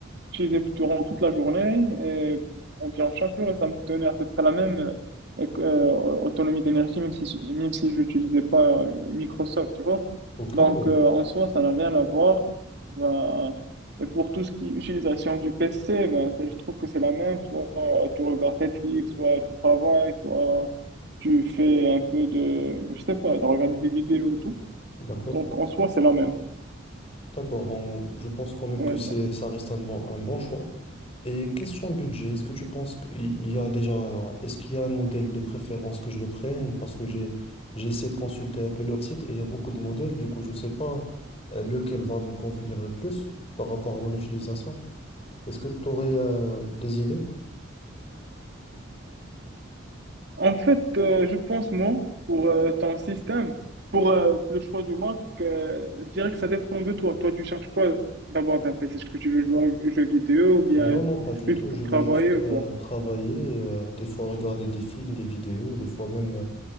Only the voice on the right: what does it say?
j'utilisais durant toute la journée, et environ chaque jour, et ça me tenait à peu près la même euh, euh, autonomie d'énergie, même si, même si je n'utilisais pas euh, Microsoft, tu vois.
Donc,
euh, en soi, ça n'a rien à voir. Ben, et pour tout ce qui est utilisation du PC, ben, c'est- je trouve que c'est la même. Soit tu regardes Netflix, soit tu travailles, soit tu fais un peu de, je sais pas, de regarder des vidéos et tout.
Donc, en soi, c'est la même.
Ouais,
ben.
En fait, euh, je pense, moi, pour euh, ton système, pour euh, le choix du Mac, euh, je dirais que ça dépend de toi. Toi, tu cherches quoi d'abord d'un PC? Est-ce que tu veux jouer aux jeux vidéo ou bien
juste
pour
travailler
ou quoi?